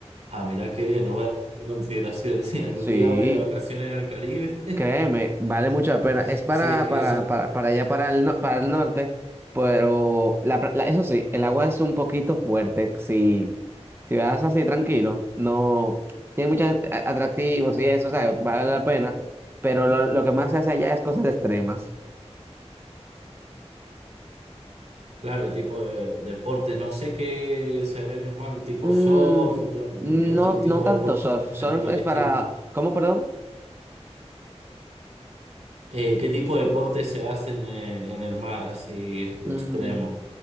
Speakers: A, on the right; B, on the right.
A: Ah, mirá qué bien, lo voy a tener en consideración. <laughs> Si algún
B: Sí,
A: día voy de vacaciones al Caribe,
B: créeme, vale mucho la pena.
A: <laughs>
B: Es para,
A: sí, es que
B: para,
A: eso
B: para, para allá, para el, no- para el norte, pero la, pra- la- eso sí, el agua es un poquito fuerte. Si, si vas así tranquilo, no tiene muchos a- atractivos y eso, o sea, vale la pena, pero lo, lo que más se hace allá es cosas extremas.
A: Claro, tipo de deporte, no sé qué será en el mar, tipo
B: Mm,
A: surf, no-
B: no,
A: qué otro tipo
B: no tanto
A: de deporte
B: surf.
A: se hace
B: Surf
A: por el
B: es
A: estilo.
B: para, ¿cómo, perdón?
A: Eh, ¿qué tipo de deporte se hacen eh, en el mar, así extremo?
B: Mm,